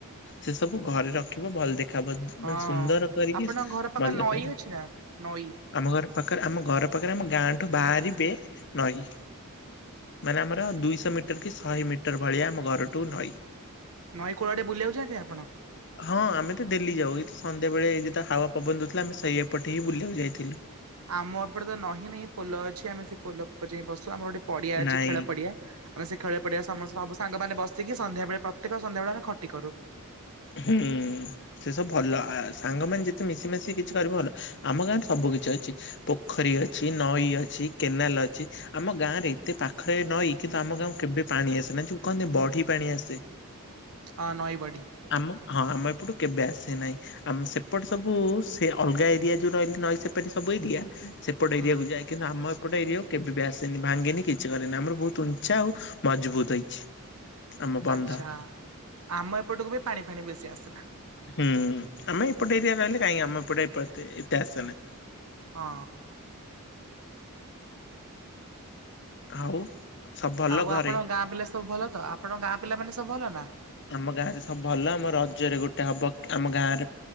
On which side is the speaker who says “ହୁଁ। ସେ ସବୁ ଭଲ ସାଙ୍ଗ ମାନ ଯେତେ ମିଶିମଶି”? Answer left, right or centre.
Left